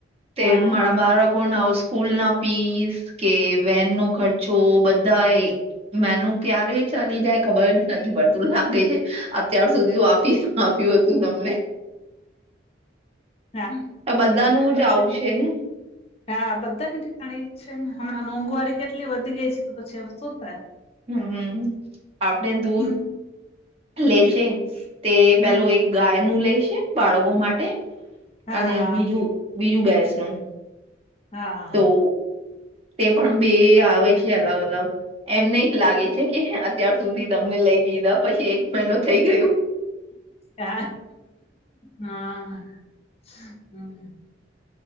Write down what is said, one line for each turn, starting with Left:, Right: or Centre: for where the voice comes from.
Right: તે
Left: હા
Right: મારા બાર કો સ્કૂલ ના ફીસ કે વેન નો ખર્ચો બધા એ મેનું ક્યારે ચાલી જાય ખબર જ નથી પડતું લાગે છે અત્યાર સુધી આપી <unintelligible> આપ્યું હતું તમને
Left: હ
Right: બધાનું
Left: એજ ને પછી..
Right: જ આવું
Left: ત <unintelligible>
Right: છે ને
Left: હા બધા ને ઠીકાણી એજ છે ને હમણાં મોંઘવારી કેટલી વધી ગઈ છે તો પછી હ શું થાય
Right: હમ આપણે દૂધ
Left: હમ
Right: લેશે તે
Left: હમ
Right: પેલો એક <unintelligible> ગાય નું લે છે બાળકો માટે
Left: હા
Right: અને બીજું બીજું ભેંસ નુ
Left: હા
Right: તો તે પણ બે આવે છે અલગ અલગ એમને લાગે છે કે અત્યાર સુધી તમને લઈ લીધા પછી એક મહિનો થઈ ગયું
Left: હ હા હમ